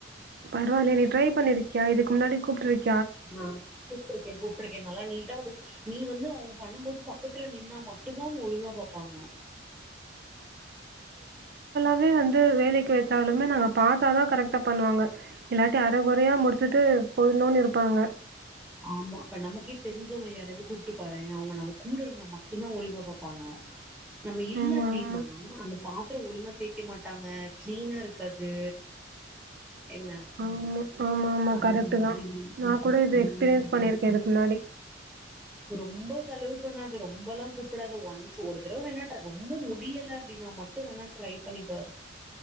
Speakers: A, on the right; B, in the centre.
A: பரவாயில்ல நீ ட்ரை பண்ணிருக்கியா இதுக்கு முன்னாடி கூப்பிட்டு இருக்கி
B: முமாம் கூப்டு இருக்கே கூப் கிடேக்கே நல்லா நீட்டா ஒ து நீ வந்து அவ்ங்க பண்ணு போது பக்கத்துல நின்னா மட்டும்தா ஒழுங்கா பாப்பாங்க
A: எப்பவுமே வந்து வேலேக்கு வெச்சாலுமே நாங்க பாத்தாதா கரெக்டா பண்ணுவாங்க இல்லாட்டி அர கொறையா முடிச்சுட்டு போயிடுணுன் இருப்பாங்க
B: ஆமா இப்ப நமக்கே தெரிஞ்சவங்க யாராவது கூப்ட்டு பா அவுங்க நம்ம கூட இருந்தா மட்டும்தா ஒழுங்கா பாப்பாங்க நம்ம இல்ல
A: ம்.
B: அப்டின்னா
A: ஆமா.
B: அங்க பாத்ரோ ஒழுங்கா தேக்க மாட்டாங்க கிளீனா இருக்காது என்ன
A: ஆமா ஆமா ஆமா
B: <unintelligible>
A: கரெக்ட்டு தான். நான் கூட இது எக்ஸ்பீரியன்ஸ் பண்ணியிருக்கேன் இதுக்கு முன்னாடி.
B: ரொம்ப செலவு பண்ணாது ரொம்பெல்லா கூப்புடாத ஒன்ஸ் ஒரு தடவ வேணா ட்ர ரொம்ப முடியல அப்டின்னா மட்டு வேணா ட்ரை பண்ணிப்பாரு